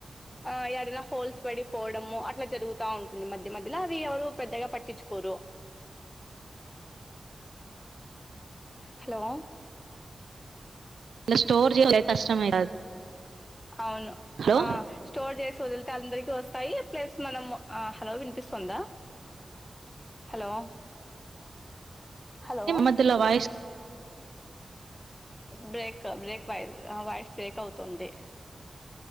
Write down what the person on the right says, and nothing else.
అట్లా స్టోర్ చేయడం కష్టమే కాదు.
హలో!
మధ్యలో వాయిస్